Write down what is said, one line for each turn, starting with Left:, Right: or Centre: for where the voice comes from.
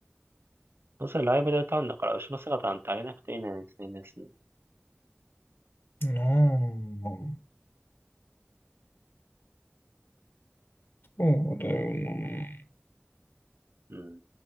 Right: どうせライブで歌うんだから後ろ姿なんてあげなくていいのに、全然 s
Left: なあ、そうだよな。
Right: うん。